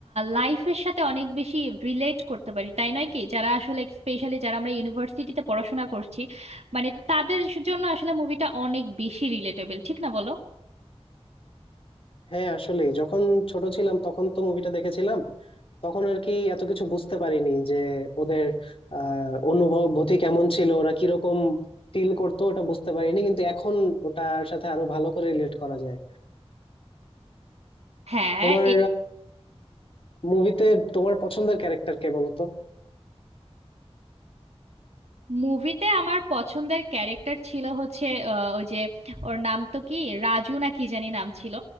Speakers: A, on the right; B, on the left.
A: লাইফের সাথে অনেক বেশি রিলেট করতে পারি তাই নয় কি যারা আসলে স্পেশালি যারা আমরা ইউনিভার্সিটিতে পড়াশোনা করছি মানে তাদের জন্য আসলে মুভিটা অনেক বেশি রিলেটেবল ঠিক না বলো
B: হ্যাঁ আসলে যখন ছোট ছিলাম তখন তো মুভিটা দেখেছিলাম তখন আর কি এত কিছু বুঝতে পারিনি যে ওদের আহ অনুভূতি কেমন ছিল ওরা কিরকম ফিল করতো ওটা বুঝতে পারিনি কিন্তু এখন ওটার সাথে আরো ভালো করে রিলেট করা যায়
A: হ্যাঁ
B: তোমার মুভিতে তোমার পছন্দের ক্যারেক্টার কে বলো তো
A: মুভিতে আমার পছন্দের ক্যারেক্টার ছিল হচ্ছে আহ, ওই যে ওর নাম তো কি রাজু না কি জানি নাম ছিল